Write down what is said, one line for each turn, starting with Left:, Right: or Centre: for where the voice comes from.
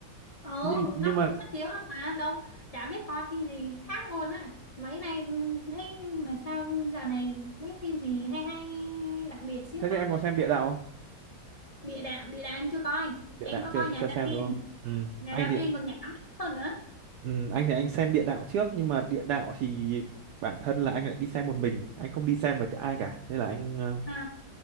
Left: ừ
Right: nhưng nhưng
Left: nó
Right: mà
Left: phun suất chiếu lắm mà đâu chả biết coi phim gì khác luôn á mấy nay ừ, thấy mà sao dạo này thấy phim gì hay hay đặc biệt xíu
Right: thế thì
Left: ta
Right: em có xem địa đạo không
Left: địa đạo địa đạo em chưa coi
Right: địa
Left: em
Right: đạo
Left: có
Right: chưa
Left: coi nhà
Right: chưa xem
Left: gia tiên
Right: đúng không ừ
Left: nhà
Right: anh
Left: gia
Right: thì
Left: tiên còn nhảm hơn nữa
Right: ừ, anh thì anh xem địa đạo trước nhưng mà địa đạo thì bản thân là anh lại đi xem một mình anh không đi xem với ai cả nên là anh ờ,
Left: ha